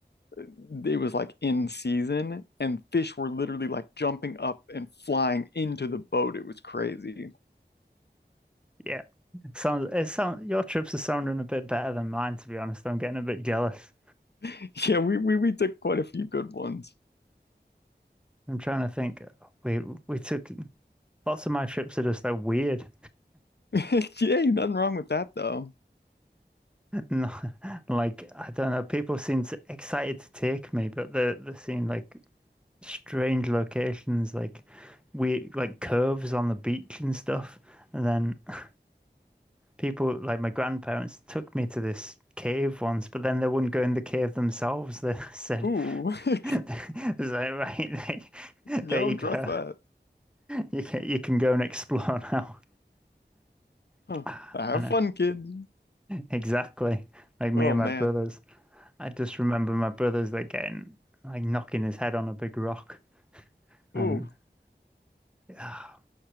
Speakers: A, on the left; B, in the centre.
A: it was like in season and fish were literally like jumping up and flying into the boat. It was crazy.
B: Yeah. Sounds it sound your trips are sounding a bit better than mine, to be honest. I'm getting a bit jealous.
A: <laughs> Yeah, we, we, we took quite a few good ones.
B: I'm trying to think. We we took lots of my trips are just like weird.
A: <laughs> Yeah, nothing wrong with that though.
B: No, <laughs> like I don't know. People seem s- excited to take me, but they they seem like strange locations, like we like curves on the beach and stuff. And then <laughs> people like my grandparents took me to this cave once, but then they wouldn't go in the cave themselves. They <laughs> said,
A: Ooh, <laughs>
B: <laughs>
A: I
B: "It was like, right, <laughs> there, there
A: don't
B: you go.
A: trust that.
B: You can you can go and explore <laughs> now."
A: Huh.
B: <sighs>
A: Have
B: I know
A: fun, kids.
B: exactly. Like me
A: Oh
B: and
A: man.
B: my brothers. I just remember my brother's like getting like knocking his head on a big rock and
A: Ooh.
B: ah,